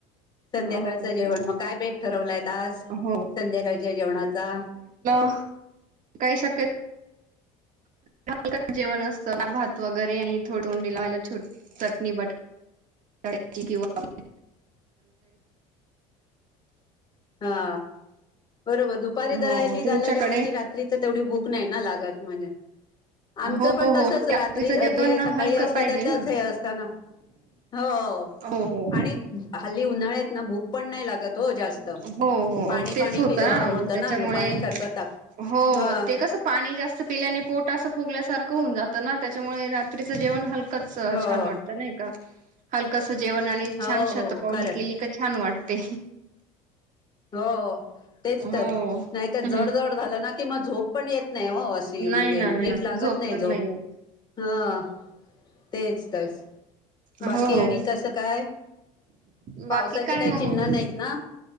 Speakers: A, on the right; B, on the left.
A: हो
B: संध्याकाळचं जेवण
A: हो
B: मग काय बेत ठरवलंय आज
A: हो
B: संध्याकाळच्या जेवणाचा
A: काय शक्यता. झालं जेवण आज तेवढं भात वगैरे आणि तोंडी लावायला छोट चटणी बटाटा. भाजी किंवा
B: हा. बरोबर दुपारी
A: हो
B: जरा हे
A: हो
B: नि
A: तुमच्याकडे
B: झाला जेवण की. रात्री तर तेवढी भूक नाही ना लागत. मला. आमचं
A: हो
B: पण
A: हो
B: तसच. रात्री
A: रात्रीचं जेवण
B: जे
A: ना
B: सकाळी
A: हलकं
B: असतं
A: पाहिजे
B: त्याचच
A: ना
B: हे असत ना. हो
A: हो हो
B: आणि हल्ली उन्हाळ्यात ना. भूक पण नाही लागत हो जास्त.
A: हो. हो.
B: पाणी
A: तेच
B: पाणी
A: होतं
B: पि
A: ना मग त्याच्यामुळे.
B: पाणी सारखं ताक
A: हो
B: हा
A: ते कसं पाणी जास्त पिल्याने पोट असं फूग फुगल्यासारख होऊन जातं ना. त्यांच्यामुळे रात्रीच जेवण हलकचं
B: हो
A: छान वाटत नाही का. जेवण आणि
B: हो
A: छान शतपावली
B: हो खरं
A: केली की छान वाटते.
B: हो तेच
A: हो
B: तर.
A: हम्म.
B: नाही तर जड-जड झालं ना कि मग झोप पण येत नाही ओ. अशी
A: नाही
B: म्हणजे
A: ना नाही
B: नीट
A: ना
B: लागत नाही
A: पण
B: झोप
A: येत.
B: ह. तेच तर. बाकी
A: हो
B: आणि कसं काय. पावसाची
A: बाकी
B: काय
A: मग
B: चिन्ह नाही नाहीत ना.